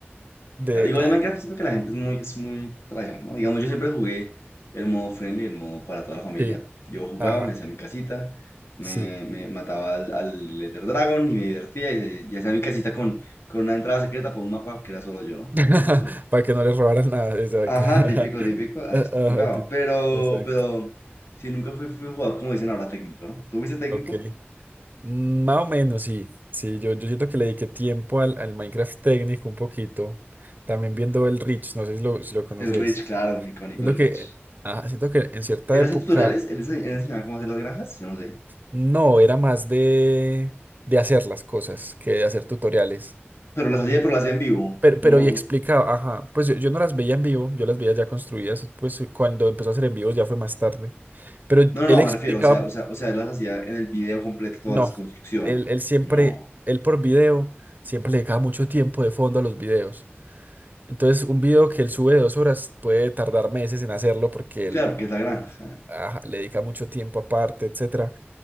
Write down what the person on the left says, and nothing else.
Claro,
igual en Minecraft siento que la gente es muy, es muy tryhard, ¿no? Digamos, yo siempre jugué el modo friendly, el modo para toda la familia.
Yo jugaba,
me hacía mi casita, me,
me mataba al, al Ender Dragon y me divertía y, y hacía mi casita con, con una entrada secreta para un mapa que era solo yo, ¿no?
Para un mundo solo.
Ajá,
típico, típico, así
es que tocaba.
Pero,
pero, sí, nunca fui, fui un jugador, como dicen ahora, técnico, ¿no? ¿Tú fuiste técnico?
El Rich, claro, icónico
el
Rich.
¿Él
hacía tutoriales? ¿Él ense- él enseñaba cómo hacer las granjas? Yo no sé.
Pero las hacía, pero las hacía en vivo.
Uno,
uno
No, no,
no,
me refiero, o sea, o sea, o sea, él las hacía en el video completo toda
la construcción.
No.
Claro, porque es la granja.